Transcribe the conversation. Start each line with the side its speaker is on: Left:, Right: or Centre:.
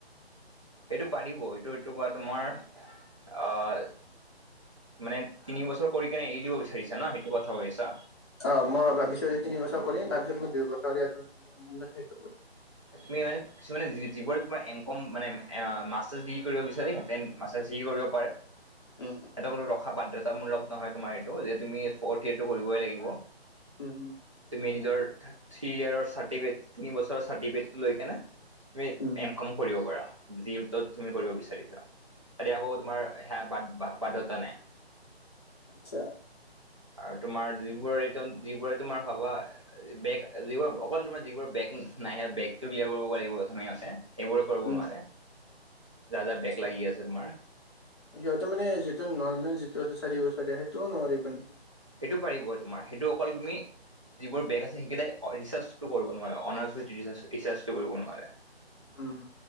Right: এইটো পাৰিব এইটো -এইটো বা তোমাৰ অ', মানে তিনি বছৰ কৰি কিনে এৰি দিব বিচাৰিছা ন' সেইটো কথা কৈ আছা?
Left: অ', মই ভাবিছো যে তিনি বছৰ কৰিম তাৰপিছত মই দুই বছৰ <inaudible> সেইটো কৰিম।
Right: তুমি মানে কিছুমানে যিবোৰ তোমাৰ এমকম মানে মাষ্টাৰছ ডিগ্ৰী কৰিব বিচাৰে সিহঁতে মাষ্টাৰ ডিগ্ৰী কৰিব পাৰে।
Left: উম
Right: এইটো কোনো ৰখা বাধ্যতামূলক নহয় তোমাৰ এইটো যে তুমি ফৰ্ট ইয়েৰটো কৰিবই লাগিব।
Left: উম।
Right: তুমি নিজৰ থ্ৰী ইয়েৰৰ চাৰ্টিফিকেটটো লৈ কেনে তুমি
Left: উম
Right: এম কম কৰিব পাৰা যি তত তুমি কৰিব বিচাৰিছা। ইয়াতে একো তোমাৰ সেয়া বাদ বাধ্যয়তা নাই।
Left: আচ্ছা।
Right: আৰু তোমাৰ যিবোৰ এইটোন -যিবোৰে তোমাৰ ভবা বেগ যিবোৰ অকল তোমাৰ যিবোৰ বেগ নাই সেইয়া বেগটো ক্লিয়াৰ কৰিব গৈ লাগিব প্ৰথমে সিহঁতে। সেইবোৰে কৰিব
Left: উম
Right: নোৱাৰে, যাৰ, যাৰ,
Left: আচ্ছা।
Right: বেগ লাগি আছে তোমাৰ।
Left: সিহঁতে মানে যিটো নৰ্মেল যিটো চাৰি বছৰীয়া সেইটোও নোৱাৰিব নেকি?
Right: সেইটো পাৰিব তোমাৰ সেইটো অকল তুমি যিবোৰ বেগ আছে সেইকেইটাই ৰিছাৰ্চটো কৰিব নোৱাৰে অনাৰ্ছ উইথ ৰিছাৰ্চটো কৰিব নোৱাৰে।
Left: উমম